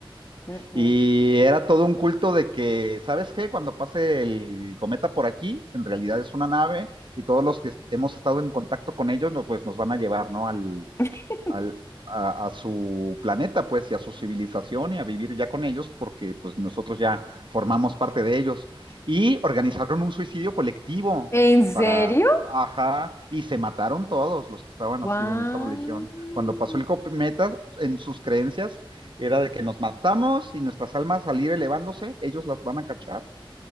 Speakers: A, on the left; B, on the right.
A: Mm, mm.
B: Y era todo un culto de que, ¿sabes qué? Cuando pase el cometa por aquí, en realidad es una nave y todos los que hemos estado en contacto con ellos, no, pues nos van a llevar, ¿no? Al,
A: <laughs>
B: al- a, a su planeta, pues, y a su civilización y a vivir ya con ellos, porque pues nosotros ya formamos parte de ellos. Y organizaron un suicidio colectivo
A: ¿En serio?
B: para, ajá, y se mataron todos los que estaban
A: Wow.
B: así en esa religión. Cuando pasó el cometa, en sus creencias era de que nos matamos y nuestras almas al ir elevándose, ellos las van a cachar